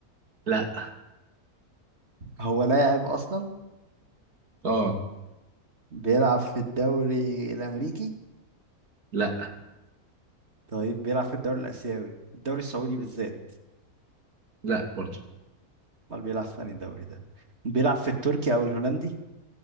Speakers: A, on the right (about 75°); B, on the right (about 45°).
A: لا
B: هو لاعب أصلا
A: اه
B: بيلعب في الدوري الأمريكي
A: لا
B: طيب بيلعب في الدوري الآسيوي الدوري السعودي بالذات
A: لا برضه
B: امال بيلعب في أنهي دوري ده بيلعب في التركي او الهولندي